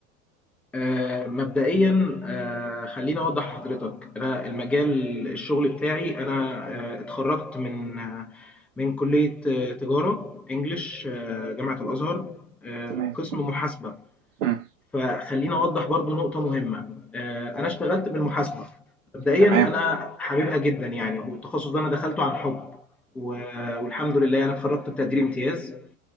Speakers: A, in the centre; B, on the right.
A: آه مبدئيا آه خليني اوضح لحضرتك انا المجال الشغل بتاعي انا آه اتخرجت من آه من كلية آه تجارة انجليش آه جامعة الازهر آه
B: تمام
A: قسم محاسبة
B: مم.
A: فخليني اوضح برضو نقطة مهمة آه انا اشتغلت بالمحاسبة مبدئيا
B: تمام
A: انا حاببها جدا يعني والتخصص ده انا دخلته عن حب و- والحمد لله انا اتخرجت بتقدير امتياز